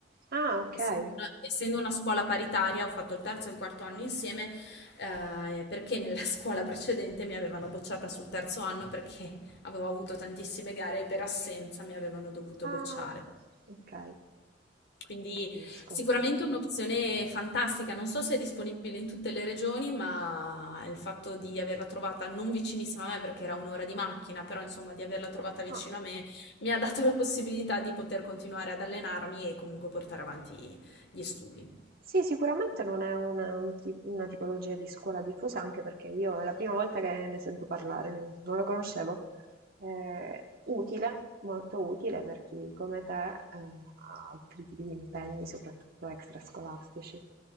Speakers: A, on the right; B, on the left.
A: ah, ok.
B: Essendo una, essendo una scuola paritaria, ho fatto il terzo e il quarto anno insieme, eh, perché nella <laughs> scuola precedente mi avevano bocciata sul terzo anno perché avevo avuto tantissime gare e per assenza mi avevano dovuto
A: Ah,
B: bocciare.
A: ok,
B: Quindi
A: capisco.
B: sicuramente un'opzione fantastica, non so se è disponibile in tutte le regioni, ma il fatto di averla trovata non vicinissima a me perché era un'ora di macchina, però insomma di averla trovata vicino
A: Ah.
B: a me mi ha dato la possibilità di poter continuare ad allenarmi e comunque portare avanti gli studi.
A: Sì, sicuramente non è una, un ti- una tipologia di scuola diffusa, anche perché io è la prima volta che ne sento parlare, non la conoscevo. Eh, utile, molto utile per chi come te eh, ha altri tipi di impegni, soprattutto extrascolastici.